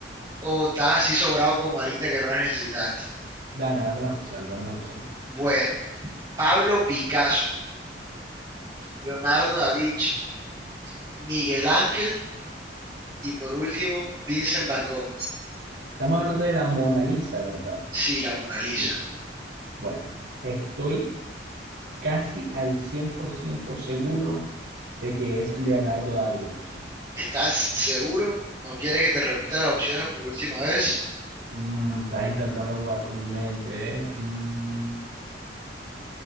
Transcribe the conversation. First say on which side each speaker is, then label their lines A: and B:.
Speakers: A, on the right (about 25°); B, on the right (about 75°).
A: o estás así sobrado como ahorita que no las necesitaste?
B: Dame, dame las opciones, dame las opciones.
A: Bueno, Pablo Picasso, Leonardo da Vinci, Miguel Ángel y por último, Vincent Van Gogh.
B: Estamos hablando de la Mona Lisa, ¿verdad?
A: Sí, la Mona Lisa.
B: Bueno, estoy casi al 100% seguro de que es Leonardo da Vinci.
A: ¿Estás seguro? ¿No quieres que te repita las opciones por última vez?
B: Mm, estás intentando jugar con mi mente, ¿eh? Mm,